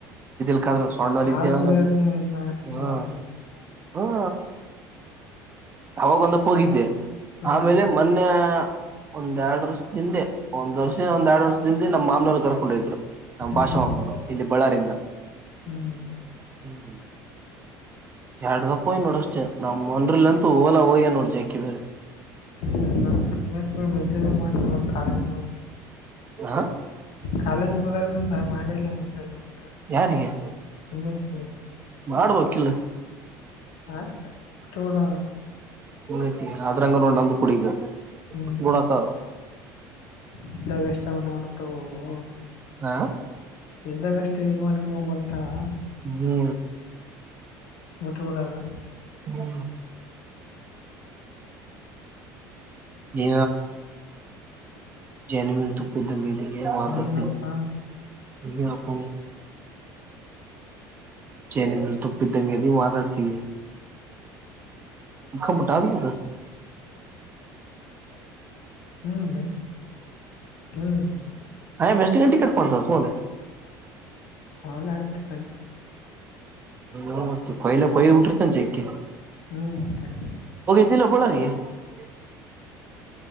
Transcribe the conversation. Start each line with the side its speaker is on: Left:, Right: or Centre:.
Right: ಯಾದ್ರ ಸಣ್ಣಲ್ಲಿ
Left: ಹಾಲ್
Right: ಇದಿದ್ದೆ
Left: ಕುಡಿಯೋರ್
Right: ನಾನು
Left: ನೀವ್ ಇನ್ನ
Right: ಹ
Left: ಅವಾಗ
Right: ಹ್ಮ ಅವಾಗ ಒಂದಪ್ಪ ಹೋಗಿದ್ದೆ
Left: ಹ್ಮ್
Right: ಆಮೇಲೆ ಮೊನ್ನೆ ಒಂದ ಎರಡುರ್ಷ ದಿಂದೆ ಒಂದ್ ವರ್ಷ ಒಂದ್ ಎರಡ್ ವರ್ಷ ದಿಂದೆ ನಮ್ಮ ಮಾಮನವರು ಕರ್ಕೊಂಡ ಇದ್ರು ನಮ್ಮ್
Left: ಹ್ಮ್
Right: ಭಾಷವಂಗರು ಇಲ್ಲಿ ಬಳ್ಳಾರಂದ
Left: ಹ್ಮ್ ಹ್ಮ್
Right: ಹ್ಮ ಎರ ದಪ್ಪ ಹಯ್ ನೋಡ ಅಷ್ಟೇ ನಮ್ ಒನ್ಲ್ ಅಂತೂ ಓಲಾ ಹಯ್ಯ ನೋಡ್ ಜಕ್ಕಿ ಬೇರೆ
Left: ಹ್ಮ ನ ಮೆಸೇಜ್ ಮಾಡ ಕಾಲಜ
Right: ಹಾ
Left: ಕಾಲೇಜ್ ಮಾಡಿಲ್ಲ ಮೆಸೇಜ್ ಅದಕ್ಕೆ
Right: ಯಾರಿಗೆ
Left: ಹೆಮ್ಮಸ್ತ
Right: ಮಾಡ್ಬೇಕಿಲ್ಲ
Left: ಬಿಟ್ಟ ಬಿಡದ
Right: ಹಂಗಐತಿ ಅದ್ರಂಗ ನೋಂದ ಕುಡಗಡಕ
Left: ಹ್ಮ್ ಇದ್ದಾಗಷ್ಟ ಅವ ನೋಡ್ತ ಹವೋ
Right: ಹ
Left: ಇದ್ದಾಗಷ್ಟು ಯಸ್ ಮಾಡ್ಕ ಬರ್ತಾವ
Right: ಹ್ಮ
Left: ಬಿಟ್ಟಬೂಡದು
Right: ಹ್ಮ್ ನಿ ಜನಮ ತುಪ್ಪ ಇ್ದಗೆ ಅ ಮಾತಾಡ್ತ
Left: ನೀನಪ್ಪಾ
Right: ನೀ ಅಪ್ಪ ಜೇನಿ ಮರು ತುಪ್ಪಿ ದಗೆೆತಿ ಮಾದಡ್ತಿ ಮುಖ ಮಟಾ ಹ
Left: ಹ್ಮ್ಲ ಹ್ಮ್
Right: ಅಯ್ ಮಸ್ಟಿ ಟಿಕಟ್ ಪಡ್ತ ಕನ್
Left: ಹಳ್ಳ ಆಯ್ತು ಕಂಡು
Right: ಹ ಮತ್ತೆ ಕೊಯ್ಲ ಕೊಯ್ ಬಿಟ್ಟಿರ್ತ ಅ ಚಕ್ಕೆ
Left: ಹ್ಮ ಮತ್ತೆ
Right: <unintelligible>